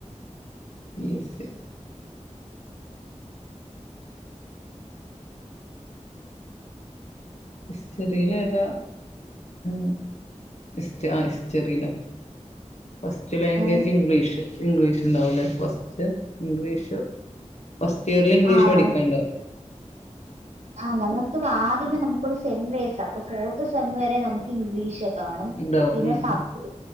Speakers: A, on the left; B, on the right.
A: P S C ഹസ്റ്റെറിയിലേതാ <inaudible> his ആ ഹിസ്റ്ററില്ലേ ഫസ്റ്റ് ലാംഗ്വേജ്
B: ഏ
A: ഇംഗ്ലീഷ് ഇംഗ്ലീഷ് ഉണ്ടാവുല്ലേ ഫസ്റ്റ് ഇംഗ്ലീഷ് ഫസ്റ്റ് ഇയറിൽ ഇംഗ്ലീഷ്
B: ആ
A: പഠിക്ക്ണ്ടൊ
B: ഞ- ആ ഞങ്ങക്ക് ആദ്യമേ നമുക്കൊരു സെം വേസ അപ്പൊ ഫോർത്ത് സെം വരെ നമുക്ക് ഇംഗ്ലീഷ കാണും
A: ഉണ്ടാവും
B: പിന്നെ
A: ഉം
B: sub
A: ഉം